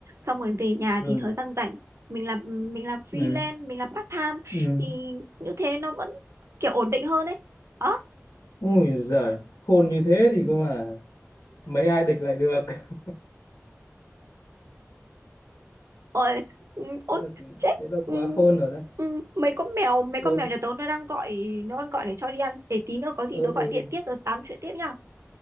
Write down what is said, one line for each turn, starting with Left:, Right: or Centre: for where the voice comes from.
Right: xong rồi về nhà
Left: ừ
Right: thì thời gian rảnh mình làm mình làm freelance
Left: ừ
Right: mình làm part time
Left: ừ
Right: thì như thế nó vẫn kiểu ổn định hơn đấy đó
Left: ui giời khôn như thế thì cơ mà mấy ai địch lại được <laughs>
Right: ôi ừ, ôi
Left: thế là,
Right: chết
Left: thế là
Right: ừ,
Left: quá khôn rồi đấy
Right: ừ, mấy con mèo mấy
Left: ừ,
Right: con mèo nhà tớ nó đang gọi nó đang gọi để cho đi ăn để tí nữa có gì
Left: ừ,
Right: tớ gọi
Left: ừ.
Right: điện tiếp rồi tám chuyện tiếp nha